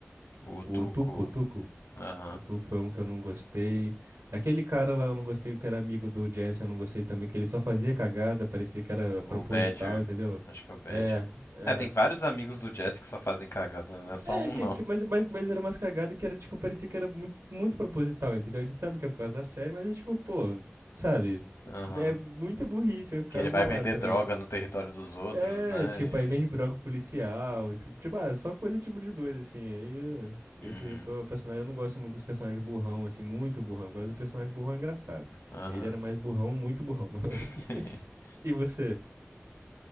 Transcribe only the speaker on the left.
O
Tuco,
aham.
O Badger,
acho que é o Badger.
É, tem vários amigos do Jesse que só fazem cagada, não é só
um
não.
Aham.
Que ele
vai vender
droga no território dos outros,
né?
E...
Uhum.
Aham.
<laughs>